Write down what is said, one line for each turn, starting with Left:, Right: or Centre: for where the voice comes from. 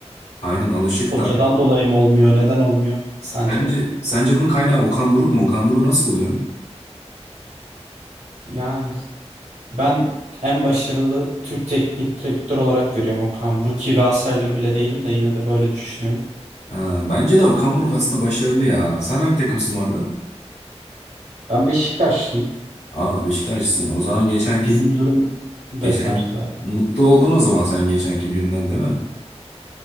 Left: Aynen alışık
Right: Hocadan
Left: da.
Right: dolayı mı olmuyor? Neden olmuyor sence?
Left: Bence sence bunun kaynağı Okan Buruk mu? Okan Buruk'u nasıl buluyorsun?
Right: Yani ben en başarılı Türk teknik direktör olarak görüyorum Okan Buruk ki Galatasaraylı bile değilim de yine de böyle düşünüyorum.
Left: Ha, bence de Okan Buruk aslında başarılı ya. Sen hangi takımsın bu arada?
Right: Ben Beşiktaşlıyım.
Left: Aa Beşiktaşlısın. O zaman geçenki
Right: Bizim durum beter
Left: geçen
Right: zaten.
Left: mutlu oldun o zaman sen geçenki günden değil mi?